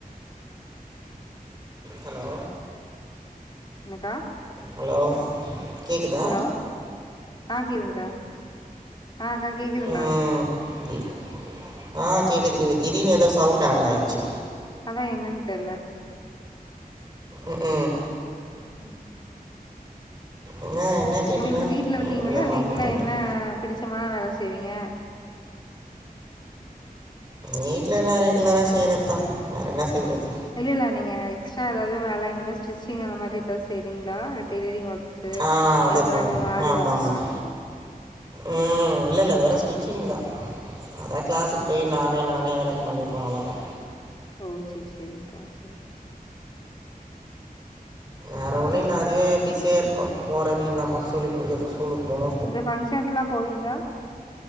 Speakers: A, on the right; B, on the left.
A: ஹலோ
B: என்னக்கா
A: ஹலோ கேக்குதா
B: ஹலோ ஆ கேக்குதுங்க்கா ஆ அக்கா கேக்குதுங்களா
A: ம் தி- ஆ கேக்குது கேக்குது திடீர்னு எதோ சவுண்ட் ஆன் ஆயிச்சு
B: அதா என்னன்னு தெர்ல
A: ம் ம்
B: ம் சரிங்
A: என்ன என்ன கேட்டீங்க
B: உங்களுக்கு வீட்ல இருக்கீங்களா
A: நானுங்களே மறந்து
B: வீட்ல
A: போயிட்டேன்
B: என்ன பிடிச்சமான வேல செய்வீங்க
A: வீட்ல நா ரெகுலரா செய்றதா வேற என்ன செய்றது
B: இல்லல்ல நீங்க எக்ஸ்ட்ரா எதாவது வேல இந்த மாரி ஸ்டிச்சிங் அந்த மாரி எதாது செய்றீங்களா டெய்லரிங் ஒர்க் ஸு
A: ஆ
B: இதே
A: அது
B: மாரி
A: பண்
B: ஆரி
A: ஆமாம்
B: ஒர்க்ஸ்
A: ஆமாம்
B: எல்லா
A: ம் இல்லல்ல வெறு ஸ்டிச்சிங்தா அதா கிளாஸுக்கு போய் நானே நானே எனக்கு பண்ணிக்குவ அவ்ளோதா
B: ஓ செரி செரிங்க்கா செரி செரி
A: வேற ஒன்னு இல்ல அதுவே பிஸியா இருக்கும் போறது இந்தம்மாக்கு சொல்லி குடுக்குறது ஸ்கூலுக்கு போனு
B: இந்த ஃபங்க்ஷன்குல்லா போவீங்களா